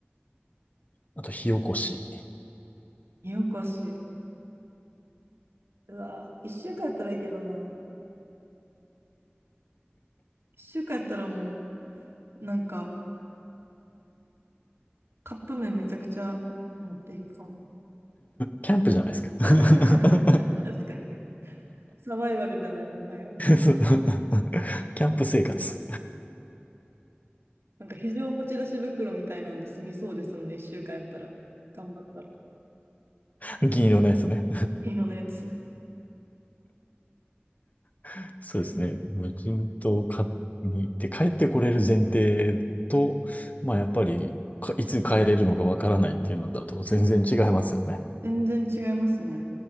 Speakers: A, on the left; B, on the right.
A: あと火起こし。
B: よこしい。うわ、一週間やったらいいけどな。一週間やったらもう、なんか、カップ麺めちゃくちゃ持っていくかも。
A: キャンプじゃないですか。
B: <laughs>
A: <laughs>
B: 確かに。サバイバルじゃない、もはや。
A: そうキャンプ生活。
B: なんか非常持ち出し袋みたいなんで済みそうですもんね、一週間やったら。頑張ったら。
A: 銀色のやつね。
B: 色のやつ。
A: <laughs> そうですね。
B: うんうん
A: 無人島を買って帰ってこれる前提と、まあやっぱりかいつ帰れるのかわからないっていうのだと全然違いますよね。
B: 全然違いますね。